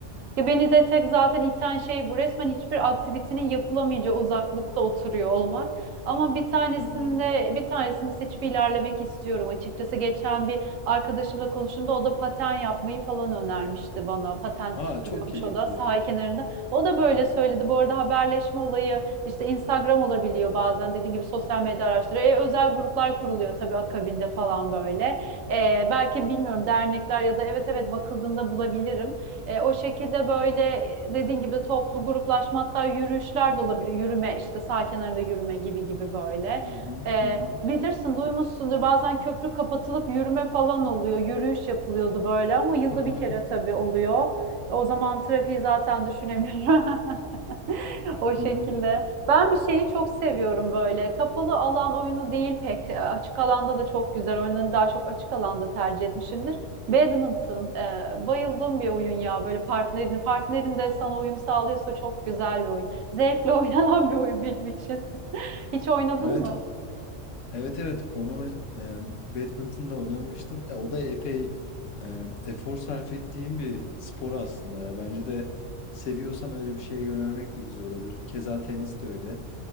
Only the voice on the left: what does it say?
Aha.
Aa
çok keyifli.
Hı
hı
hı hı
hı hı.
hı hı.
Evet
o- evet evet onu oyn- e, badminton'da oynamıştım. E, o da epey e, efor sarf ettiğim bir spor aslında ya. Bence de seviyorsan öyle bir şeye yönelmek de güzel olabilir. Keza tenis de öyle.